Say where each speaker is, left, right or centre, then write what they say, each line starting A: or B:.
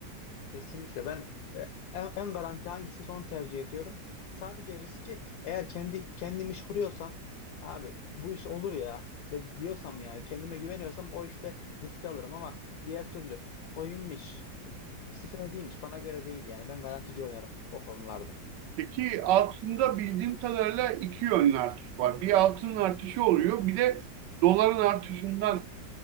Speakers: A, on the left (about 70°); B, on the right (about 80°).
A: Kesinlikle ben e, en, en garanti hangisi onu tercih ediyorum. Sadece riski eğer kendi kendimi iş kuruyorsam abi bu iş olur ya de, diyorsam yani kendime güveniyorsam o işte riski alırım ama diğer türlü coinmiş hisse senediymiş bana göre değil yani ben garantici oynarım o konularda.
B: Peki altında bildiğim kadarıyla iki yönlü artış var. Bir altının artışı oluyor, bir de doların artışından